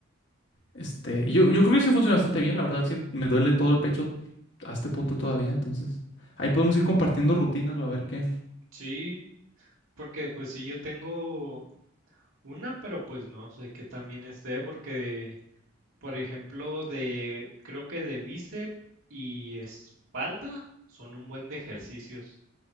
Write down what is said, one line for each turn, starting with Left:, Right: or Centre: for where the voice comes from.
Left: Este, y yo, yo creo que sí funciona bastante bien, la verdad, sí, me duele todo el pecho a este punto todavía, entonces ahí podemos ir compartiendo rutinas, va a ver qué.
Right: sí, porque pues sí, yo tengo una, pero pues no sé qué también esté, porque, por ejemplo, de, creo que de bíceps y espalda son un buen de ejercicios.